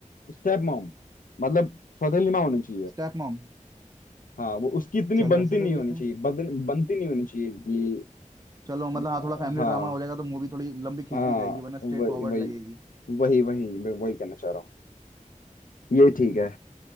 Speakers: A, on the left; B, on the right.
A: स्टेप मॉम मतलब सौतेली माँ होनी चाहिए
B: स्टेप मॉम
A: हाँ वो उसकी इतनी
B: चलो
A: बनती
B: ऐसा
A: नहीं
B: कर
A: होनी
B: लेते
A: चाहिए
B: हैं
A: बदन, बनती नहीं होनी चाहिए कि
B: चलो मतलब
A: अ,
B: हाँ थोड़ा फैमिली
A: हाँ
B: ड्रामा हो जाएगा तो मूवी थोड़ी लंबी खिंच
A: हाँ
B: भी जाएगी वरना स्ट्रेट
A: वही
B: फॉरवर्ड
A: वही
B: लगेगी
A: वही वही मैं वही कहना चाह रहा हूँ ये ठीक है